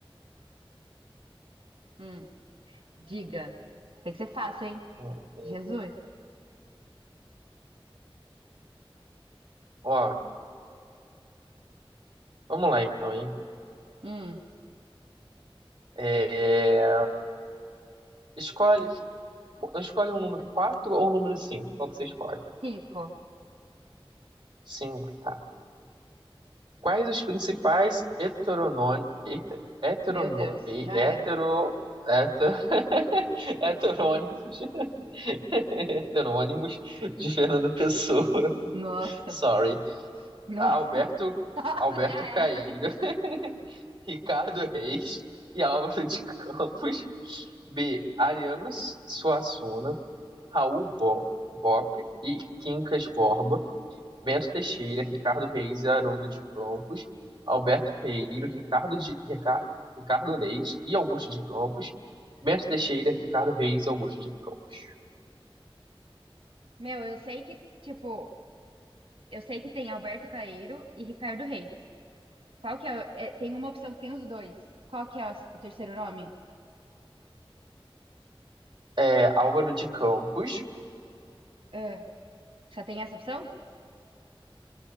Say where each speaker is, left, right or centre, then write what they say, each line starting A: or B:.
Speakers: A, on the right (about 75°); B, on the right (about 50°).
A: hum. Diga. Tem que ser fácil, hein?
B: hum, é,
A: Jesus.
B: Ó. Vamos lá então, hein?
A: Hum.
B: É, Escolhe. Escolhe um número 4 ou um número 5. Qual que você escolhe?
A: Cinco.
B: 5, tá. Quais os principais heteronônimos, heterono,
A: Meu Deus,
B: e-
A: já
B: hetero,
A: era.
B: heter- <laughs> heterônimos, <laughs> heterônimos de Fernando Pessoa? <laughs>
A: Nossa,
B: Sorry.
A: <laughs> nossa,
B: Alberto,
A: <laughs> nossa,
B: Alberto
A: já
B: Caeiro,
A: era.
B: <laughs> Ricardo Reis e Álvaro de Campos. B. Ariano Suassuna, Raul Bo- Bop e Quincas Borba. Bento Teixeira, Ricardo Reis e Haroldo de Campos, Alberto Queiro, Ricardo, de, Reca- Ricardo Leite e Augusto de Campos, Bento Teixeira, Ricardo Reis e Augusto de Campos.
A: Meu, eu sei que, tipo, eu sei que tem Alberto Caeiro e Ricardo Reis. Qual que é, o- é, Tem uma opção que tem os dois. Qual que é as- o terceiro nome?
B: É, Álvaro de Campos.
A: Ah, só tem essa opção?